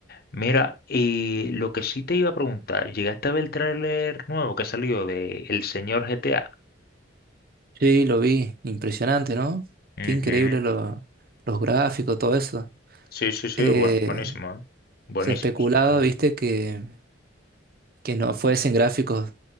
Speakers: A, on the left; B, on the right.
A: Mira, y lo que sí te iba a preguntar, ¿llegaste a ver el tráiler nuevo que salió de El Señor GTA?
B: Sí, lo vi, impresionante, ¿no?
A: Ujú.
B: Qué increíble lo- los gráficos, todo eso.
A: Sí, sí, sí,
B: Eh,
A: bueno, buenísimo, eh. Buenísimo,
B: se especulaba,
A: sinceramente.
B: viste, que, que no fuesen gráficos